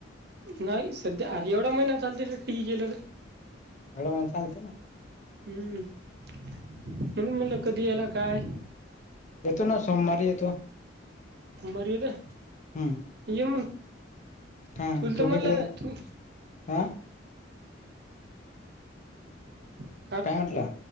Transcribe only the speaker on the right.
नाही सध्या अर एवढा महि ना चाल त केलं तर
हम्म म्हण म्हण ल कधला काय
मर तर
ये
तुलत
म्हणला
तू
ह